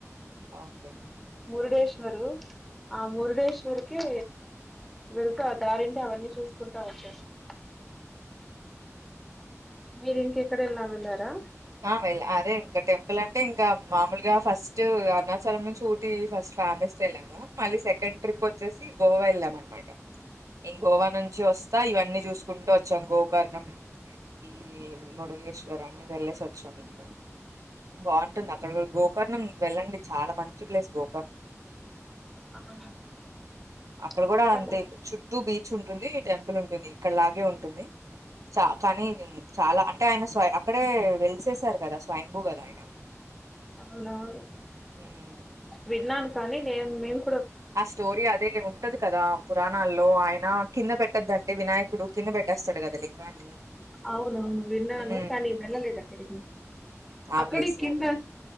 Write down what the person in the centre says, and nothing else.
మురుడేశ్వరు ఆ మురుడేశ్వరికి వెళ్త దారింటి అవన్నీ చూసుకుంటా వచ్చేసనం మీరు ఇంకెక్కడ వెళ్ళా వెళ్లారా
అవును
గోకర్ణ
అవునవున్
విన్నన్ కానీ నేము మీము
అవునవును విన్నాను.
కానీ వెళ్ళలేదు అక్కడికి
అక్కడే
కిందస్